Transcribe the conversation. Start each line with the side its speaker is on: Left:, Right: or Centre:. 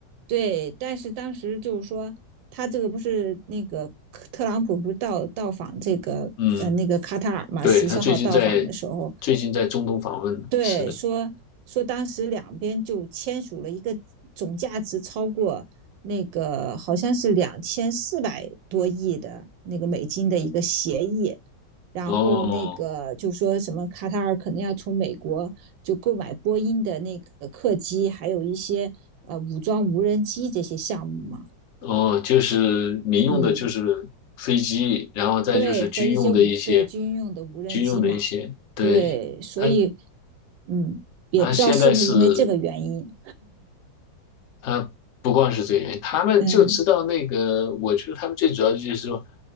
Right: 对，但是当时就是说，他这个不是那个特朗普不是到到访这个呃那个卡塔尔嘛，
Left: 嗯，对，
Right: 十四号到访的时候，
Left: 他最近在最近在中东访问呢，
Right: 对，
Left: 是的。
Right: 说说当时两边就签署了一个总价值超过那个好像是两千四百多亿的那个美金的一个协议，然后那个就说什么卡塔尔可能要从美国就购买波音的那个客机，
Left: 哦
Right: 还有一些呃武装无人机这些项目嘛，
Left: 哦，就是民用的，
Right: 嗯，
Left: 就是飞机，然后再就是军用的一些
Right: 对，和一些武对军用的无人机嘛，
Left: 军用的一些，对，
Right: 对，所以
Left: 他
Right: 嗯也不知道是不是因为这个原因，
Left: 他现在是他不光是这个原因，他们就知道那个，
Right: 嗯。
Left: 我觉得他们最主要的就是说，